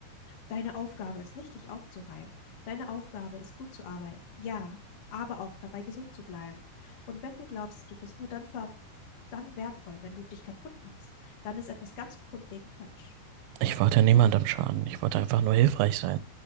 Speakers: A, on the left; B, on the right.
A: Deine Aufgabe ist nicht, dich aufzureiben. Deine Aufgabe ist, gut zu arbeiten. Ja, aber auch dabei gesund zu bleiben. Und wenn du glaubst, du bist nur dann, ver dann wertvoll, wenn du dich kaputt machst, dann ist etwas ganz grundlegend falsch.
B: Ich wollte niemandem schaden. Ich wollte einfach nur hilfreich sein